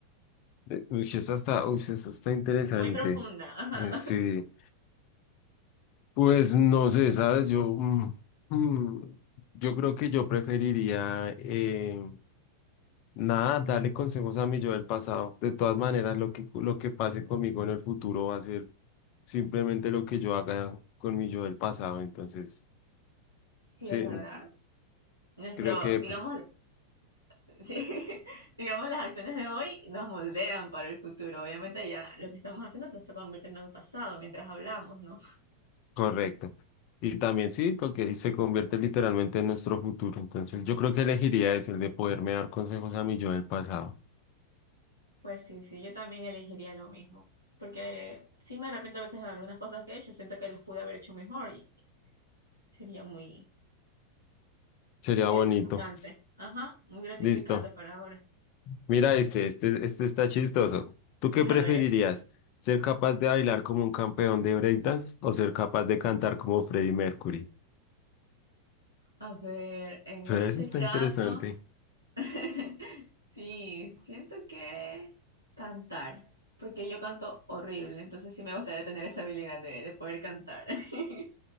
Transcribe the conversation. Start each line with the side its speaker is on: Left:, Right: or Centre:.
Left: Eh, Uy, esa está, uy, esa está interesante.
Right: Muy profunda, ajá.
Left: Eh, Sí, pues no sé, ¿sabes? Yo, mm, mm, yo creo que yo preferiría, eh, nada, darle consejos a mi yo del pasado. De todas maneras, lo que, lo que pase conmigo en el futuro va a ser simplemente lo que yo haga con mi yo del pasado. Entonces,
Right: Sí,
Left: sí,
Right: es verdad. Nuestro,
Left: creo que
Right: digamos, <laughs> sí, digamos, las acciones de hoy nos moldean para el futuro. Obviamente ya lo que estamos haciendo se está convirtiendo en pasado mientras hablamos, ¿no?
Left: correcto. Y también sí, lo que se convierte literalmente en nuestro futuro. Entonces, yo creo que elegiría es el de poderme dar consejos a mi yo del pasado.
Right: Pues sí, sí, yo también elegiría lo mismo. Porque sí me arrepiento a veces de algunas cosas que he hecho, siento que las pude haber hecho mejor y sería muy,
Left: Sería
Right: muy gratificante.
Left: bonito.
Right: Ajá, muy gratificante
Left: Listo.
Right: para ahora.
Left: Mira este, este, este está chistoso. ¿Tú
Right: <laughs>
Left: qué preferirías?
Right: A ver,
Left: ¿Ser capaz de bailar como un campeón de breakdance o ser capaz de cantar como Freddie Mercury?
Right: a ver, en
Left: Sí,
Right: este
Left: Eso está
Right: caso.
Left: interesante.
Right: <laughs> Sí, siento que cantar, porque yo canto horrible, entonces sí me gustaría tener esa habilidad de, de poder cantar. <laughs>